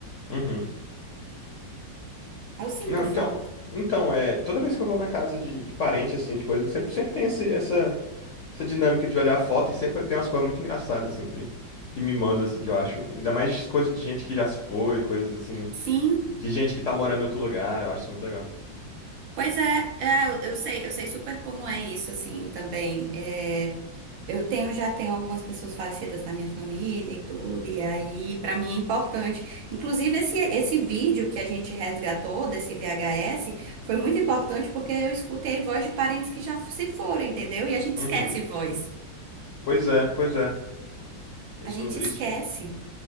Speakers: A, on the left; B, on the right.
A: uhum.
B: Eu sinto
A: Não,
B: falta.
A: então, então é, toda vez que eu vou na casa de, de parente assim, de coisa, sempre sempre tem esse, essa essa dinâmica de olhar a foto e sempre tem umas coisas muito engraçadas assim que que me mandam assim que eu acho, ainda mais coisa de gente que já se foi, coisas assim
B: Sim.
A: de gente que tá morando em outro lugar, eu acho isso muito legal.
B: Pois é, é, eu eu sei, eu sei super como é isso, assim, também. É, eu tenho, já tenho algumas pessoas falecidas na minha família e tudo, e aí, pra mim é importante. Inclusive, esse, esse vídeo que a gente resgatou desse VHS foi muito importante porque eu escutei voz de parentes que já se foram, entendeu? E a gente esquece
A: Uhum.
B: voz.
A: Pois é, pois é. Isso
B: A gente esquece.
A: isso